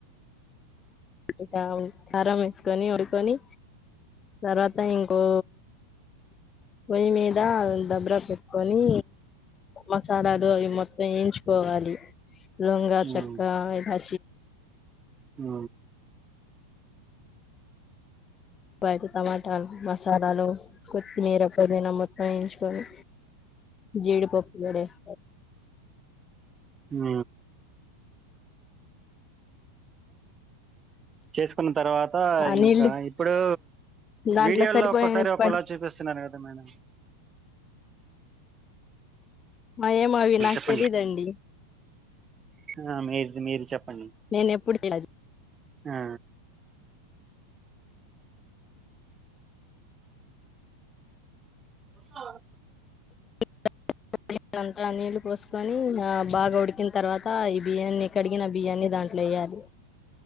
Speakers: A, on the left (about 25°); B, on the right (about 20°).
A: ఇక కారం వేసుకొని వండుకొని తర్వాత ఇంకో పొయ్యి మీద దబ్బ్రా పెట్టుకొని మసాలాలు అవి మొత్తం <unintelligible> వాలి <unintelligible>
B: మ్మ్
A: చెక్క ఇలా
B: ఉ
A: అయితే టమాటాలు మసాలాలు కొత్తిమీర పుదీన మో వేయించుకోని జీడిపప్పు గుడ <unintelligible>
B: ఉ చేసుకున్న తర్వాత
A: ఆ
B: ఇంక
A: నీళ్లు
B: ఇప్పుడు
A: దాంట్లో
B: వీడియోల్లో
A: సరిపోయిన
B: ఒక్కోసారి ఒకల
A: పడి
B: చూపిస్తున్నారు కదా మేడం
A: మరి ఏమో అవి నాకు
B: చెప్పండి
A: తెలీదండి
B: ఆ మీది మీరు చెప్పండి
A: నేను ఎప్పుడు <unintelligible>
B: ఆ అ
A: <unintelligible> అంతా నీళ్లు పోసుకొని బాగ ఉడికి తర్వాత ఈ బియ్యాన్ని కడిగిన బియ్యాన్ని దాంట్లో ఎయాలి